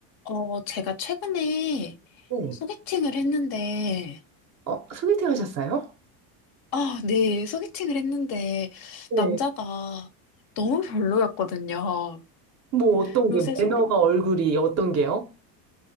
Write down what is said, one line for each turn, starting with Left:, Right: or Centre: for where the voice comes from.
Left: 어, 제가 최근에
Right: 네.
Left: 소개팅을 했는데,
Right: 어, 소개팅 하셨어요?
Left: 아, 네, 소개팅을 했는데,
Right: 네.
Left: 남자가 너무 별로였거든요.
Right: 뭐 어떤
Left: 요새
Right: 게
Left: 소개,
Right: 매너가 얼굴이 어떤 게요?